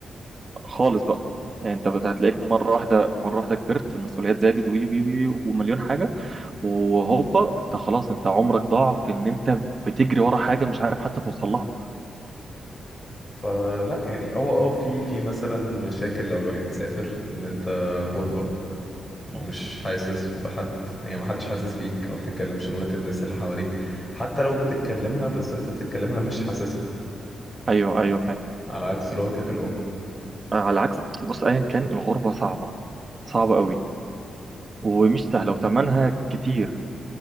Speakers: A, on the right; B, on the left.
A: خالص بقى يعني انت بت- هتلاقيك مره واحده مره واحده كبرت المسؤوليات زادت وي وي وي ومليون حاجه وهوبا انت خلاص انت عمرك ضاع في ان انت بتجري ورا حاجه مش عارف حتى توصل لها
B: فلا يعني هو اه في في مثلا مشاكل لو الواحد سافر ان انت غربة مش
A: مم.
B: حاسس بحد يعني ما حدش حاسس بيك ما بتتكلمش لغة الناس اللي حواليك حتى لو بتتكلمها بس انت بتتكلمها مش حاسسها
A: ايوه ايوه فاهم
B: على عكس لغتك الأم
A: على عكس بص ايا كان الغربه صعبه صعبه قوي ومش سهله وتمنها كتير